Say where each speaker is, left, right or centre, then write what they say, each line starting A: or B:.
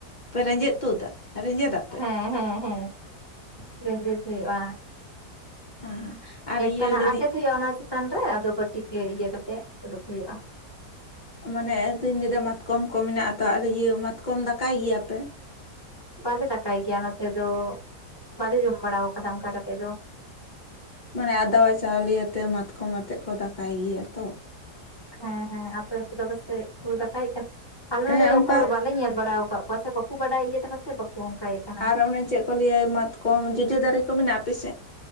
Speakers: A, on the left; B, on the left.
A: ᱨᱮᱸᱡᱮᱫ ᱛᱩᱫᱟᱹ ᱮᱸᱡᱮᱫ ᱟᱯᱮ
B: ᱦᱮᱸ ᱦᱮᱸ ᱦᱮᱸ ᱨᱮᱸᱡᱮᱫᱽ ᱦᱩᱭᱩᱜ-ᱟ
A: ᱚ ᱟᱨ ᱤᱭᱟᱹ
B: ᱛᱮᱱᱟᱜ
A: ᱞᱟ. ᱭᱫᱤ
B: ᱟᱴᱮᱫ ᱦᱩᱭᱩᱜᱼᱟ ᱚᱱᱟ ᱪᱮᱛᱟᱱ ᱨᱮ ᱟᱫᱚ ᱵᱟᱴᱤ ᱛᱮ ᱤᱭᱟᱹ ᱠᱟᱛᱮᱫ ᱩᱰᱩᱠ ᱦᱩᱭᱩᱜ-ᱟ
A: ᱢᱟᱱᱮ ᱟᱫᱚᱧ ᱞᱟᱹᱭᱫᱟ ᱢᱟᱛᱠᱚᱢ ᱠᱚ ᱢᱮᱱᱟᱜ ᱟᱛᱚ ᱤᱭᱟᱹ ᱢᱟᱛᱠᱚᱢ ᱫᱟᱠᱟᱭ ᱜᱮᱭᱟ ᱯᱮ
B: ᱵᱟᱞᱮ ᱫᱟᱠᱟᱭ ᱜᱮᱭᱟ ᱱᱚᱛᱮ ᱫᱚ ᱵᱟᱞᱮ ᱡᱚᱢ ᱵᱟᱲᱟ ᱟᱠᱟᱫᱟ ᱚᱱᱠᱟ ᱠᱟᱛᱮᱫ ᱫᱚ
A: ᱢᱟᱱᱮ ᱟᱫᱣᱟ ᱪᱟᱣᱞᱮ ᱟᱛᱮ ᱢᱟᱛᱠᱚᱢ ᱟᱛᱮᱜ ᱠᱚ ᱫᱟᱠᱟᱭ ᱜᱮᱭᱟ ᱛᱚ
B: ᱦᱮᱸ ᱦᱮᱸ ᱟᱯᱚᱨᱮ ᱫᱚ ᱯᱟᱥᱮᱡ ᱠᱚ ᱫᱟᱠᱟᱭᱮᱫ ᱠᱟᱱᱟ ᱟᱞᱮ
A: ᱦᱮᱸ
B: ᱱᱚᱰᱮ ᱫᱚ ᱚᱠᱚᱭ
A: ᱚᱱᱠᱟ
B: ᱵᱟᱞᱮ ᱧᱮᱞ ᱵᱟᱲᱟ ᱟᱠᱟᱫ ᱠᱚᱣᱟ ᱥᱮ ᱵᱟᱠᱚ ᱵᱟᱰᱟᱭ ᱤᱭᱟᱹ ᱥᱮᱫᱟ ᱠᱚ ᱥᱮ ᱵᱟᱠᱚ ᱚᱱᱠᱟᱭ ᱠᱟᱱᱟ
A: ᱟᱨ ᱚᱱᱮ ᱪᱮᱫ ᱠᱚ ᱞᱟᱹᱭᱟ ᱢᱟᱛᱠᱚᱢ ᱡᱚᱡᱚ ᱫᱟᱨᱮ ᱠᱚ ᱢᱮᱱᱟᱜ-ᱟ ᱟᱯᱮ ᱥᱮᱫ